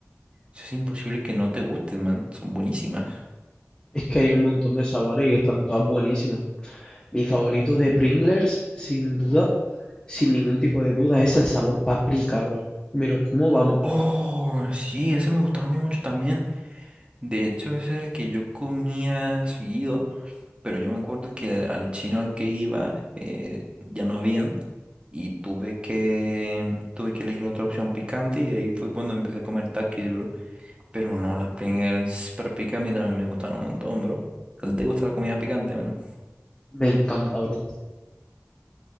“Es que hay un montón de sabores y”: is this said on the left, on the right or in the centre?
Left